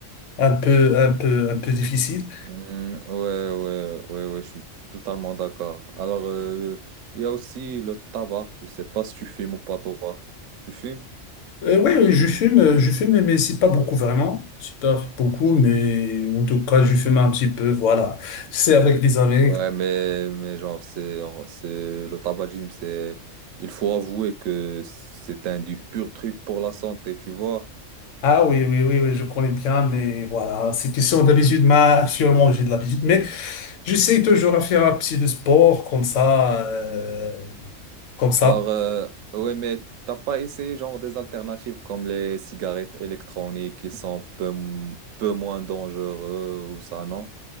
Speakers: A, on the left; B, on the right.
A: un peu, un peu, un peu difficiles.
B: Hmm, ouais, ouais, ouais, ouais, je suis totalement d'accord. Alors, euh, il y a aussi le tabac, je sais pas si tu fumes ou pas, toi. Tu fumes?
A: Euh, oui, oui, je fume, euh, je fume, mais c'est pas beaucoup vraiment. C'est pas beaucoup, mais en tout cas, je fume un petit peu. Voilà. C'est avec des amis.
B: Ouais, mais, mais genre, c'est, on- c'est, le tabagisme, c'est, il faut avouer que c'est un du pur truc pour la santé, tu vois.
A: Ah oui, oui, oui, oui, je connais bien, mais voilà, c'est question d'habitude. Ma, sûrement, j'ai de l'habitude, mais j'essaie toujours à faire un petit de sport comme ça. euh, comme ça.
B: Alors, euh, ouais, mais t'as pas essayé, genre, des alternatives comme les cigarettes électroniques qui sont peu, m- peu moins dangereux ou ça, non?